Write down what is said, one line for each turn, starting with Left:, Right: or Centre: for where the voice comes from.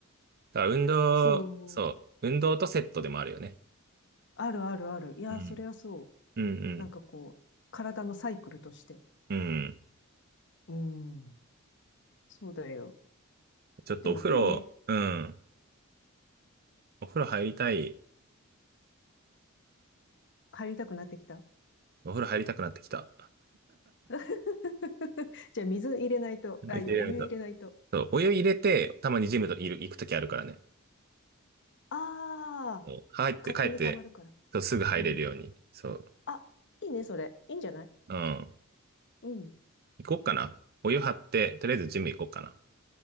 Right: だから運動、
Left: そう。
Right: そう。運動とセットでもあるよね。
Left: あるあるある。いや、
Right: うん。
Left: それはそう。
Right: うんうん。
Left: なんかこう、体のサイクルとして。
Right: うん。
Left: うん。そうだよ。
Right: ちょっとお風呂、
Left: でもいいね。
Right: うん。お風呂入りたい。
Left: 入りたくなってきた。
Right: お風呂入りたくなってきた。
Left: <laughs> じゃあ水入れないと、
Right: 水入れられた。
Left: あ、いや、お湯入れないと。
Right: そう。お湯入れて、たまにジムといる、行くときあるからね。
Left: ああ、
Right: そう入って、
Left: 勝手に溜まるから。
Right: 帰って、そう、すぐ入れるように。
Left: うん。
Right: そう。
Left: あ、いいね、それ。いいんじゃない
Right: うん。
Left: うん。
Right: 行こうかな。お湯張って、とりあえずジム行こうか